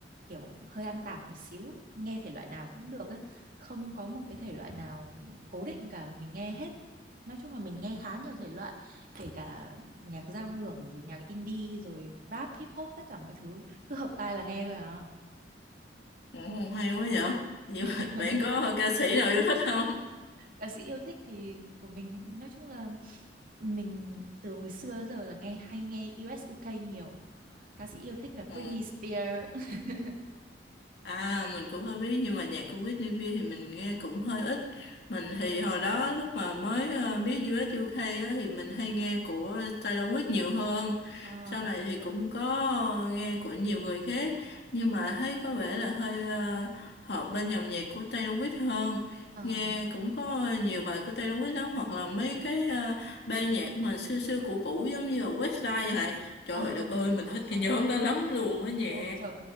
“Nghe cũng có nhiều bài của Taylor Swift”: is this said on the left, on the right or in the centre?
Left